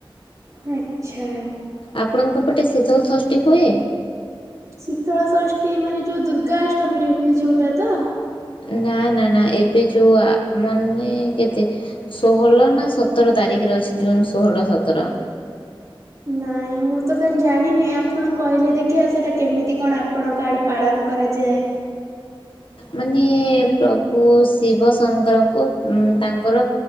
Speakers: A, on the right; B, on the left.
A: ହୁଁ। ଆଚ୍ଛା।
B: ଆପଣଙ୍କ ପଟେ ଶୀତଲ ସଷ୍ଟି ହୁଏ
A: ଶୀତଳଷଷ୍ଠୀ ମାନେ ଯୋଉ ଦୁର୍ଗା ଅଷ୍ଟମୀ ରେ ହୁଏ ଯୋଉଟା ତ?
B: ନା ନା ନା ଏବେ ଯୋଉ ଆ ମାନେ କେତେ ଷୋହଳ ନା ସତର ତାରିଖରେ ଅଛି ଜୁନ ଷୋହଳ ସତର।
A: ନାଇଁ ମୁଁ ତ କାହିଁ ଜାଣିନି ଆପଣ କହିଲେ ଦେଖିବା ସେଇଟା କେମିତି କଣ ଆପଣ କାଡେ ପାଳନ କରାଯାଏ।
B: ମାନେ ପ୍ରଭୁ ଶିବ ଶଙ୍କରଙ୍କୁ ଉମ୍ ତାଙ୍କର